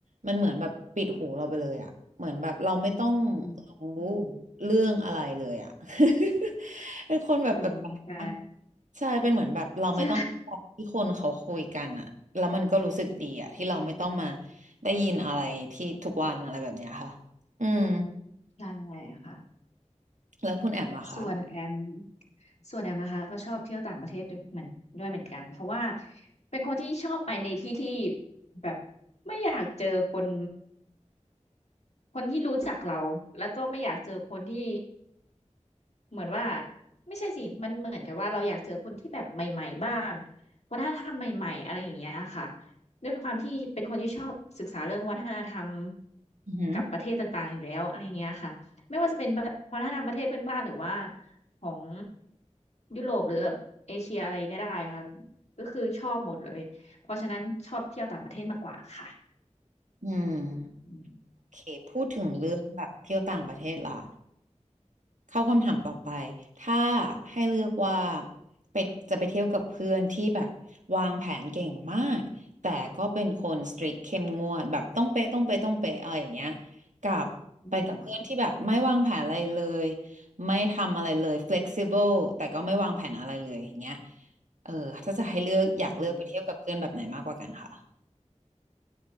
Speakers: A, on the right; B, on the left.
A: มันเหมือนแบบปิดหูเราไปเลยอ่ะเหมือนแบบเราไม่ต้อง
B: อืมอืม
A: รู้เรื่องอะไรเลยอ่ะ <laughs> เป็นคนแบบแปลกๆอะ
B: อืมใช่
A: ใช่เป็นเหมือนแบบเราไม่ต้องฟังที่คนเขาคุยกันอ่ะแล้วมันก็รู้สึกดีอ่ะที่เราไม่ต้องมา
B: ใช่
A: ได้ยินอะไรที่ทุกวันอะไรแบบเนี้ยค่ะอืม
B: ใช่ค่ะ
A: แล้วคุณแอมล่ะคะ
B: ส่วนแอมส่วนแอมนะคะก็ชอบเที่ยวต่างประเทศด้วยเหมือนด้วยเหมือนกันเพราะว่าเป็นคนที่ชอบไปในที่ที่แบบไม่อยากเจอคนคนที่รู้จักเราแล้วก็ไม่อยากเจอคนที่ เหมือนว่าไม่ใช่สิ มันเหมือนกับว่าเราอยากเจอคนที่แบบใหม่ๆบ้างวัฒนธรรมใหม่ๆอะไรอย่างเงี้ยค่ะด้วยความที่เป็นคนที่ชอบศึกษาเรื่องวัฒนธรรม
A: อือหือ
B: กับประเทศต่างๆอยู่แล้วอะไรเงี้ยค่ะไม่ว่าจะเป็นแบบวัฒนธรรมประเทศเพื่อนบ้านหรือว่าของยุโรปหรือเอเชียอะไรก็ได้ค่ะก็คือชอบหมดเลยเพราะฉะนั้นชอบเที่ยวต่างประเทศมากกว่าค่ะ
A: อืม
B: อืม
A: โอเคพูดถึงเรื่องแบบเที่ยวต่างประเทศล่ะ
B: นี่
A: เข้าคำถามต่อไปถ้าให้เลือกว่าไปจะไปเที่ยวกับเพื่อนที่แบบวางแผนเก่งมากแต่ก็เป็นคนสตรีทเข้มงวดแบบต้องเป๊ะต้องเป๊ะต้องเป๊ะอะไรอย่างเงี้ยกับไปกับเพื่อนที่แบบไม่วางแผนอะไรเลย
B: อืม
A: ไม่ทำอะไรเลย flexible แต่ก็ไม่วางแผนอะไรเลยอย่างเงี้ยเออถ้าจะให้เลือกอยากเลือกไปเที่ยวกับเพื่อนแบบไหนมากกว่ากันคะ
B: อืม